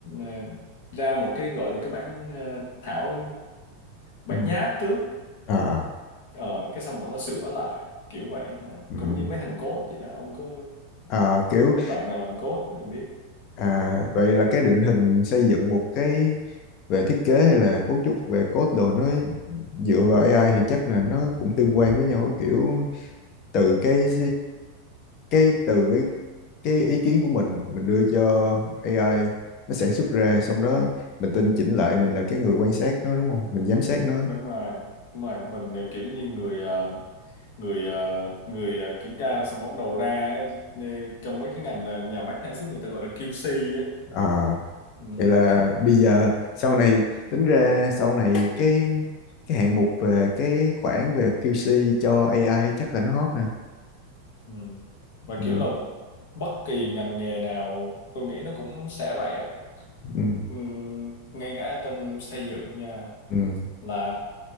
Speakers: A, on the left; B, on the left.
A: ờ, ra một cái gọi là cái bản ờ, thảo bản
B: ừ.
A: nháp trước
B: à,
A: ờ, cái xong bọn nó sửa lại kiểu vậy mà
B: ừ.
A: cũng như mấy thằng code vậy đó ông có
B: à kiểu
A: ông có bạn nào làm code rồi biết
B: à vậy là cái định hình xây dựng một cái về thiết kế hay là cấu trúc về code đồ nó dựa vào AI thì chắc là nó cũng tương quan với nhau kiểu từ cái cái từ với cái ý kiến của mình mình đưa cho AI nó sản xuất ra xong đó mình tinh chỉnh lại mình là cái người quan sát nó đúng không mình giám sát nó
A: đúng mà đúng rồi mình à, kiểu như người ờ, người ờ, người ờ, kiểm tra xong bắt đầu ra ấy, ờ, trong mấy cái ngành ờ, nhà máy sản xuất người ta gọi là QC á
B: à
A: ừ.
B: Vậy là bây giờ sau này tính ra sau này cái cái hạng mục về cái khoản về QC cho AI chắc là nó hot ha.
A: Ừ. Và
B: Ừ,
A: kiểu là bất kỳ ngành nghề nào tôi nghĩ nó cũng sẽ vậy á.
B: ừ,
A: Ừm, ngay cả trong xây dựng nha
B: ừ.
A: là